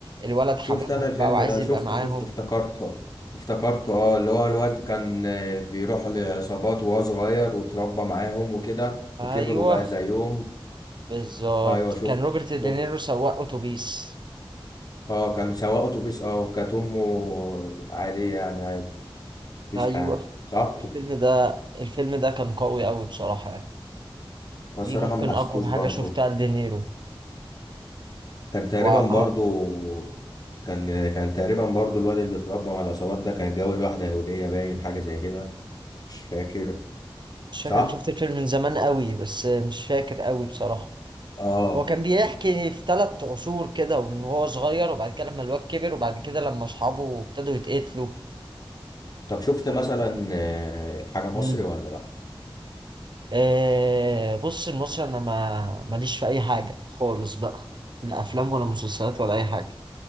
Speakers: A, on the right (about 55°); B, on the left (about 40°).
A: الولد حاببهم
B: شفت انا الفيلم
A: بقى وعايز
B: ده
A: يبقى
B: شفته
A: معاهم
B: شفته افتكرته افتكرته اه اللي هو الوقت كان آه، بيروح لعصابات وهو صغير واتربى معاهم وكده
A: ايوه
B: وكبر وبقى زيهم
A: بالظبط
B: ايوه شفته
A: كان روبرت
B: شفته
A: دينيرو سواق اتوبيس
B: اه كان سواق اتوبيس اه وكانت امه عادية يعني عادي مفيش
A: ايوه
B: حاجة صح؟
A: الفيلم ده الفيلم ده كان قوي قوي بصراحة يعني.
B: أنا الصراحة
A: دي ممكن
B: ما حسيتوش
A: اقوى حاجة
B: برضه
A: شفتها لدينيرو
B: كان تقريبا
A: هو
B: برضه كان كان تقريبا برضه الواد اللي اتربى مع العصابات ده كان اتجوز واحدة يهودية باين حاجة زي كده مش فاكر
A: مش فاكر
B: صح؟
A: انا شفت الفيلم من زمان قوي بس مش فاكر قوي بصراحة
B: اه
A: هو كان بيحكي في ثلاث عصور كده وان هو صغير وبعد كده لما الواد كبر وبعد كده لما اصحابه ابتدوا يتقتلوا
B: طب شفت
A: وال-
B: مثلا آه، حاجة مصري
A: مم.
B: ولا لأ؟
A: آه بص المصري انا ما ماليش في اي حاجة خالص بقى لا افلام ولا مسلسلات ولا اي حاجة